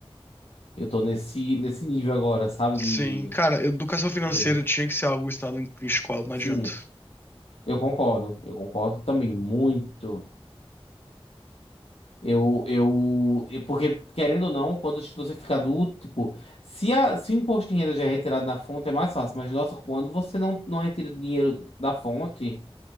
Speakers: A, on the left; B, on the left.
A: Eu tô nesse nesse nível agora, sabe,
B: Sim,
A: de...
B: cara, educação financeira
A: né,
B: tinha que ser algo ensinado em em escola, não
A: Sim,
B: adianta.
A: eu concordo, eu concordo também muito. Eu, eu, eu- porque, querendo ou não, quando você fica adulto, tipo, se, a, se o imposto de renda já é retirado na fonte, é mais fácil. Mas, nossa, quando você não, não retira dinheiro da fonte